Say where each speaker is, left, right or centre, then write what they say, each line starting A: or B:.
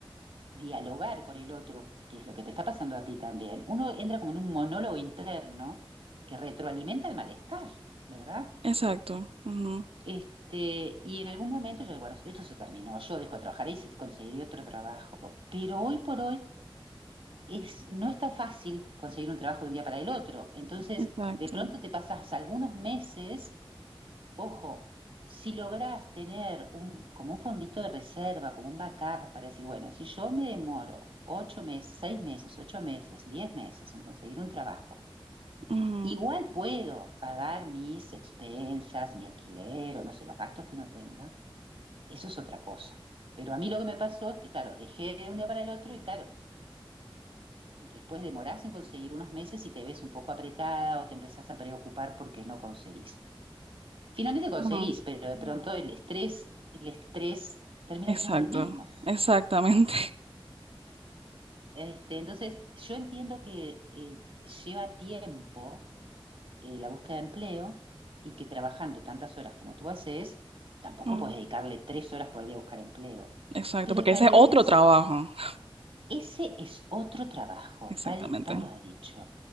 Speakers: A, on the right (about 70°); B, on the right (about 85°).
A: dialogar con el otro, que es lo que te está pasando a ti también, uno entra como en un monólogo interno que retroalimenta el malestar, ¿verdad?
B: exacto, ujú,
A: Este, y en algún momento yo, bueno, esto se terminó, yo dejo de trabajar ahí, y se conseguiré otro trabajo. Pero hoy por hoy es, no es tan fácil conseguir un trabajo de un día para el otro. Entonces,
B: exacto,
A: de pronto te pasas algunos meses, ojo, si lográs tener un, como un fondito de reserva, como un backup para decir, bueno, si yo me demoro ocho meses, seis meses, ocho meses, diez meses en conseguir un trabajo,
B: ujú,
A: igual puedo pagar mis expensas, mi alquiler o no sé, los gastos que uno tenga. Eso es otra cosa. Pero a mí lo que me pasó es que, claro, dejé de un día para el otro y, claro, después demorás en conseguir unos meses y te ves un poco apretada o te empezás a preocupar porque no conseguís. Finalmente conseguís,
B: ujú,
A: pero de pronto el estrés, el estrés termina
B: exacto,
A: siendo el mismo.
B: exactamente.
A: Este, entonces, yo entiendo que eh, lleva tiempo eh, la búsqueda de empleo y que trabajando tantas horas como tú haces, tampoco
B: <laughs> ujú,
A: puedes dedicarle tres horas por día a buscar empleo.
B: exacto,
A: Pero
B: porque
A: tal
B: ese es
A: vez
B: otro trabajo. <laughs>
A: Ese es otro trabajo,
B: Exactamente.
A: tal, tal lo ha dicho.